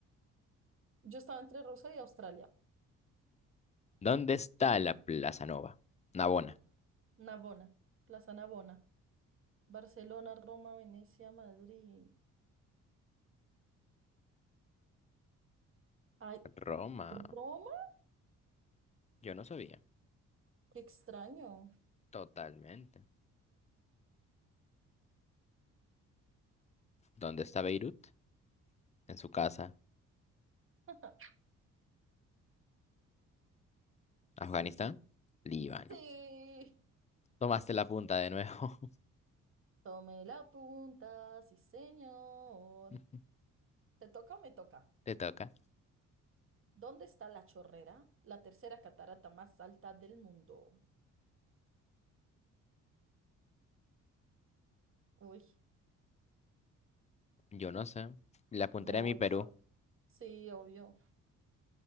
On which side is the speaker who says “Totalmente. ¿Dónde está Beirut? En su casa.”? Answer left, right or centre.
Left